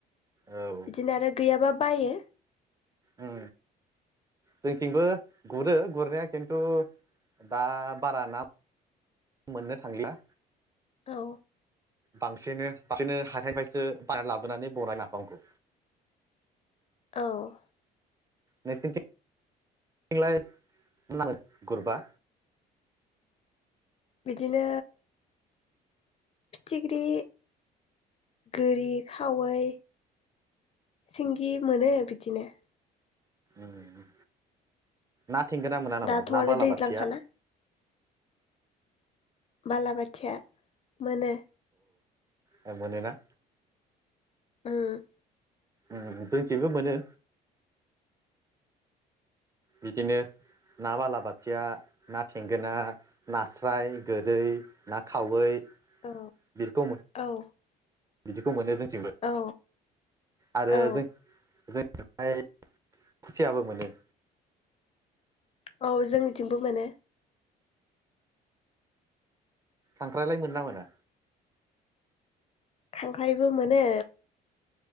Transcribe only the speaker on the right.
औ
औ जोंथिंबो गुरो गुरनाया खिन्थु दा बारा ना मोननो थांला
बांसिन बांसिननो हाथायनिफ्रायसो बायना लाबोनानै बानायो नाफामखौ
नोंसनिथिं <unintelligible> थिंलाय नामो गुरबा
ओम, ना थेंगोना मोना नामा
ना
बालाबाथिया?
औ मनोना
ओम जोंखेबो मोनो बिदिनो ना बालाबाथिया, ना थेंगोना, नास्राय गोरै, ना खावै
बिदिखौ
बिदिखौ मोनो जोंथिंबो
आरो
जों जों ओमफ्राय खुसियाबो मोनो
खांख्रायलाय मोना मोना?